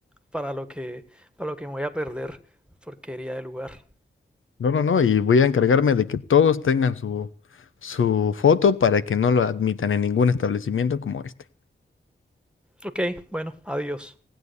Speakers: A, in the centre; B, on the left.
A: para lo que, para lo que me voy a perder, porquería de lugar.
B: No, no, no, y voy a encargarme de que todos tengan su, su foto para que no lo admitan en ningún establecimiento como este.
A: Ok, bueno, adiós.